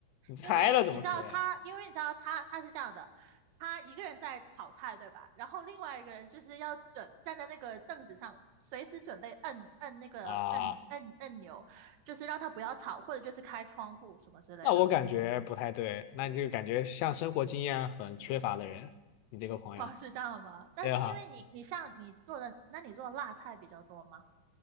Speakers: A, on the left (about 85°); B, on the right (about 75°).
A: 你拆了怎么可以
B: 因为你知道他，因为你知道他他是这样的，他一个人在炒菜，对吧？然后另外一个人就是要准站在那个凳子上，随时准备摁摁那个摁摁按钮，
A: 啊啊
B: 就是让他不要吵，或者就是开窗户什么之类的。
A: 那我感觉不太对，那你这个感觉像生活经验很缺乏的人，你这个朋友，
B: <laughs> 哦，是这样吗？但是因为你，
A: 对哈，
B: 你像你做的，那你做的辣菜比较多吗？